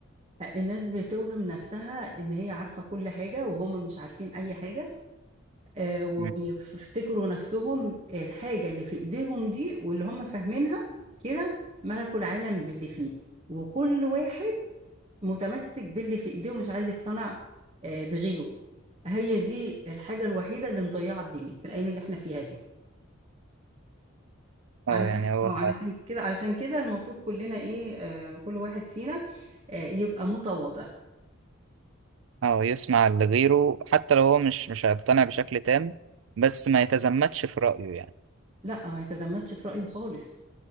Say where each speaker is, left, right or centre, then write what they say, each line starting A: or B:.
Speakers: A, on the right; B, on the right.
A: الناس بتوهم نفسها ان هي عارفة كل حاجة وهم مش عارفين اي حاجة آه، وبيفتكروا
B: مم.
A: نفسهم الحاجة اللي في ايديهم دي واللي هم فاهمينها كده ملكوا العالم باللي فيه وكل واحد متمسك باللي في ايديه ومش عايز يقتنع آه، بغيره هي دي الحاجة الوحيدة اللي مضيعة الدنيا في الأيام اللي احنا فيها دي علشان
B: اه يعني هو
A: اه علشان كده علشان كده المفروض كلنا ايه آه كل واحد فينا آه يبقى متواضع
B: اه يسمع لغيره حتى لو هو مش مش هيقتنع بشكل تام بس ما يتزمتش في رأيه يعني
A: لا ما يتزمتش في رأيه خالص